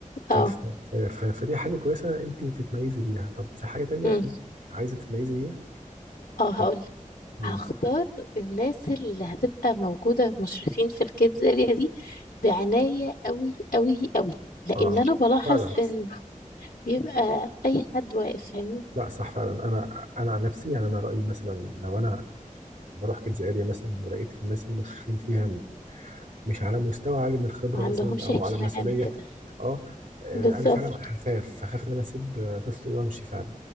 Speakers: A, on the right; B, on the left.
A: ف-
B: اه
A: ف- ف- ف- فدي حاجه كويسه انت تتميزي بيها طب في حاجه تانية
B: أمم.
A: في دماغك عايزه تتميزي بيها
B: اه هقولك
A: ولا امم
B: هختار الناس اللي هتبقى موجودة مشرفين في الكيدز اريا دي بعناية قوي قوي قوي لأن
A: اه
B: أنا بلاحظ
A: فعلا
B: إن بيبقى أي حد واقف فاهمني
A: لا صح فعلا انا انا عن نفسي يعني انا رايي مثلا لو انا بروح كيدز اريا مثلا ولقيت الناس المشرفين فيها مش على مستوى عالي من الخبره
B: ما عندهمش
A: مثلا او
B: اهتمام
A: على مسؤوليه
B: كده
A: اه آه،
B: بالظبط
A: انا فعلا هخاف هخاف ان انا اسيب آه، طفلي وامشي فعلا